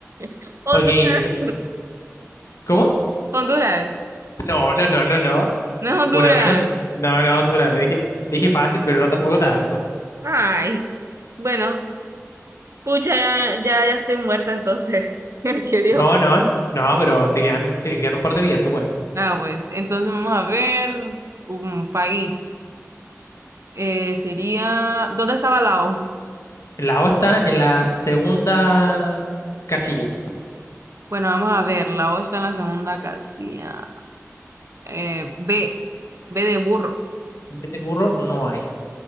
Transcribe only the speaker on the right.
<laughs> Honduras.
Honduras,
no es Honduras.
Ay, bueno, pucha, ya, ya, ya estoy muerta entonces. <laughs> ¿Qué digo?
Ah, pues, entonces vamos a ver un país. Eh, sería, ¿dónde estaba Lao?
Bueno, vamos a ver, Lao está en la segunda casilla. Eh, B, B de burro.